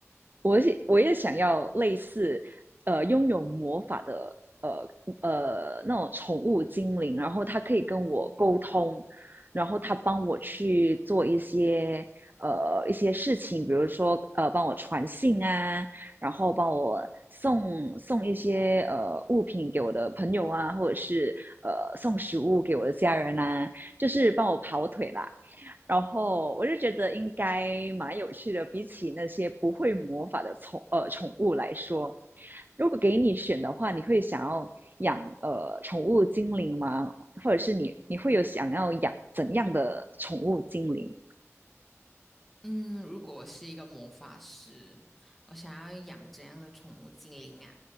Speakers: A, on the right (about 40°); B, in the centre.
A: 我也我也想要类似呃拥有魔法的呃呃那种宠物精灵，然后它可以跟我沟通，然后它帮我去做一些呃一些事情，比如说呃帮我传信啊，然后帮我送送一些呃物品给我的朋友啊，或者是呃送食物给我的家人啊，就是帮我跑腿啦。然后我就觉得应该蛮有趣的，比起那些不会魔法的宠呃宠物来说，如果给你选的话，你会想要养呃宠物精灵吗？或者是你你会有想要养怎样的宠物精灵？
B: 嗯，如果我是一个魔法师，我想要养怎样的宠物精灵啊？